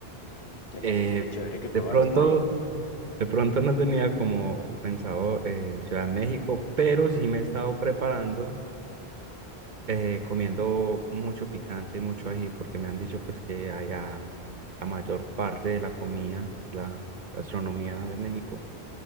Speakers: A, on the left; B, on the right.
A: Sería,
B: Eh,
A: sería chévere que
B: de
A: probaras
B: pronto,
A: por ahí.
B: de pronto no tenía como pensado eh, Ciudad de México, pero sí me he estado preparando, eh, comiendo mucho picante y mucho ají, porque me han dicho pues que allá la mayor parte de la comida, la gastronomía de México.